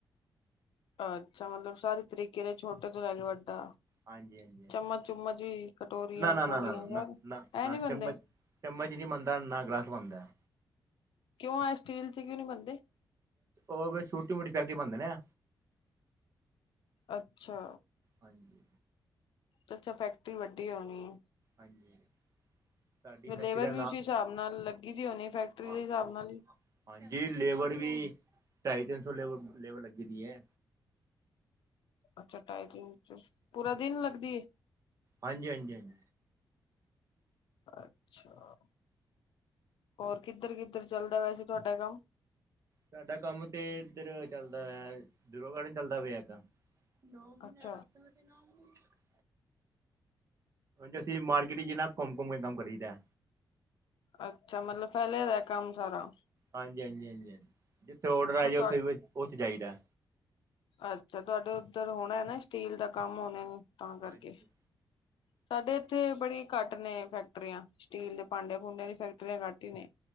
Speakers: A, on the left; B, on the right.
A: ਅੱਛਾ। ਮਤਲਬ ਸਾਰੇ ਤਰੀਕੇ ਨਾਲ ਛੋਟੇ ਤੋਂ ਲੈ ਕੇ ਵੱਡਾ।
B: ਹਾਂਜੀ ਹਾਂਜੀ ਹਾਂਜੀ
A: ਚਮਚ- ਚੁਮਚ ਵੀ ਕਟੋਰੀਆਂ,
B: ਨਾ ਨਾ
A: ਕੋਲੀਆਂ
B: ਨਾ ਨਾ
A: ਸਾਰੇ
B: ਨਾ ਨਾ ਨਾ
A: ਐ ਨੀ ਬਣਦੇ।
B: ਚਮਚ ਚਮਚ ਨਹੀਂ ਬਣਦਾ ਨਾ, ਗਲਾਸ ਬਣਦਾ।
A: ਕਿਉਂ ਆਏ ਸਟੀਲ 'ਚ ਕਿਉਂ ਨੀ ਬਣਦੇ।
B: ਉਹ ਛੋਟੀ- ਮੋਟੀ ਫੈਕਟਰੀ ਬਣਦੇ ਐ।
A: ਅੱਛਾ।
B: ਹਾਂਜੀ।
A: ਅੱਛਾ। ਫੈਕਟਰੀ ਵੱਡੀ ਹੋਣੀ ਏ।
B: ਹਾਂਜੀ। ਸਾਡੀ
A: ਫਿਰ
B: ਫੈਕਟਰੀ
A: ਲੇਬਰ
B: ਦਾ ਨਾਂ
A: ਵੀ ਉਸ ਹਿਸਾਬ ਨਾਲ ਲੱਗੀ ਦੀ ਹੋਣੀ ਫੈਕਟਰੀ
B: ਹਾਂ
A: ਦੇ ਹਿਸਾਬ ਨਾਲ ਹੀ।
B: ਹਾਂਜੀ। ਲੇਬਰ ਵੀ ਢਾਈ- ਤਿੰਨ ਸੌ ਲੇਬਰ ਲੇਬਰ ਲੱਗੀ ਦੀ ਏ।
A: ਅੱਛਾ। ਟਾਈ, ਤਿੰਨ 'ਚ ਪੂਰਾ ਦਿਨ ਲੱਗਦੀ ਏ।
B: ਹਾਂਜੀ- ਹਾਂਜੀ -ਹਾਂਜੀ।
A: ਅੱਛਾ। ਹੋਰ ਕਿੱਧਰ- ਕਿੱਧਰ ਚੱਲਦਾ ਵੈਸੇ ਤੁਹਾਡਾ ਕੰਮ।
B: ਸਾਡਾ ਕੰਮ ਤੇ ਇਧਰ ਚੱਲਦਾ ਹੋ ਡੂਰੋ ਗਾਰਡਨ ਚੱਲਦਾ ਪਿਆ ਹੈਗਾ ਨੌ ਮਹੀਨਟ
A: ਅੱਛਾ
B: ਆਪ ਨ ਮ <unintelligible> ਏਸੇ ਮਾਰਕੀਟ ਚ ਨਾ ਘੁੰਮ ਘੁੰਮ ਕੇ ਕੰਮ ਕਰੀਦਾ।
A: ਅੱਛਾ ਮਤਲਬ ਫੈਲਿਆ ਹੋਇਆ ਕੰਮ ਸਾਰਾ।
B: ਹਾਂਜੀ ਹਾਂਜੀ ਹਾਂਜੀ ਹਾਂਜੀ ਜਿੱਥੇ ਔਡਰ
A: ਅੱਛਾ
B: ਆ ਜੇ ਉੱਥੇ
A: ਤੁਹਾ
B: ਉੱਥੇ ਜਾਈਦਾ।
A: ਅੱਛਾ ਤੁਹਾਡੇ ਉੱਧਰ ਹੋਣਾ। ਸਟੀਲ ਦਾ ਕੰਮ ਹੋਣੇ ਤਾਂ ਕਰਕੇ
B: ਹਾਂਜੀ
A: ਸਾਡੇ ਇੱਥੇ ਬੜੀ ਘੱਟ ਨੇ ਫੈਕਟਰੀਆਂ ਸਟੀਲ ਦੇ ਭਾਂਡੇ ਭੂੰਡਿਆਂ ਦੀ ਫੈਕਟਰੀਆਂ ਘੱਟ ਹੀ ਨੇ।